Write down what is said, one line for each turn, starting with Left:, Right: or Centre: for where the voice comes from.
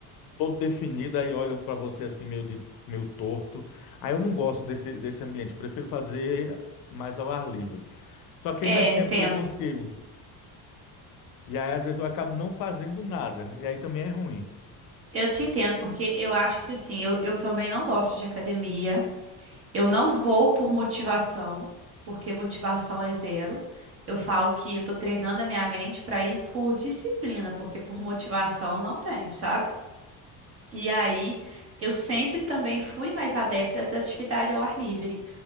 Left: todo definido, aí olha para você assim, meio de meio torto. Aí eu não gosto desse, desse ambiente, eu prefiro fazer mais ao ar livre. Só que
Right: é,
Left: não é sempre
Right: entendo.
Left: que eu consigo. E aí, às vezes, eu acabo não fazendo nada. E aí também é ruim.
Right: Eu te entendo, porque eu acho que assim, eu, eu também não gosto de academia. Eu não vou por motivação, porque motivação é zero. Eu falo que eu tô treinando a minha mente para ir por disciplina, porque por motivação eu não tenho, sabe? E aí, eu sempre também fui mais adepta da atividade ao ar livre.